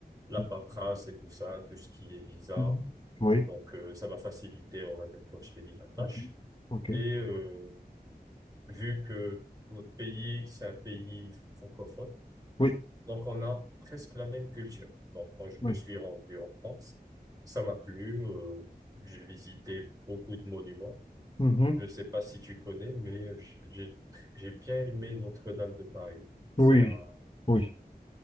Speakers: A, on the right (about 20°); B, on the left (about 30°).
A: la
B: Mhm.
A: paperasse et tout ça, tout ce qui est visa.
B: Mhm. Oui.
A: Donc, euh, ça m'a facilité, on va dire, comme je t'ai dit, la tâche.
B: Mhm. OK.
A: Et euh, vu que notre pays, c'est un pays francophone,
B: Oui.
A: donc on a presque la même culture. Donc, quand je
B: Oui.
A: me suis rendu en France, ça m'a plu. euh, j'ai visité beaucoup de monuments.
B: Mhm.
A: Je sais pas si tu connais, mais j'ai j'ai bien aimé Notre-Dame de Paris. C'est
B: Oui.
A: un...
B: Oui.